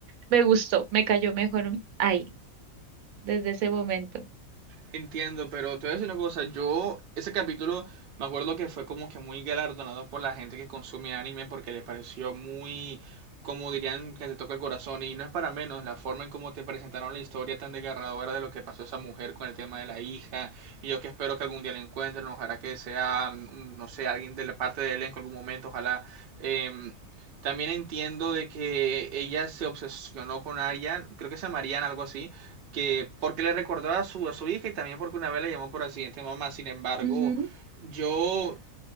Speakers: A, on the right; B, on the right.
A: me gustó, me cayó mejor ahí, desde ese momento.
B: Entiendo, pero te voy a decir una cosa, yo, ese capítulo, me acuerdo que fue como que muy galardonado por la gente que consume anime porque le pareció muy, como dirían, que te toca el corazón y no es para menos la forma en cómo te presentaron la historia tan desgarradora de lo que pasó esa mujer con el tema de la hija y yo que espero que algún día la encuentren, ojalá que sea, mm, no sé, alguien de la parte del elenco en algún momento, ojalá. em, también entiendo de que ella se obsesionó con Arya, creo que se llama Mariana, algo así, que porque le recordó a su, a su hija y también porque una vez la llamó por accidente mamá. Sin embargo,
A: Ujú.
B: yo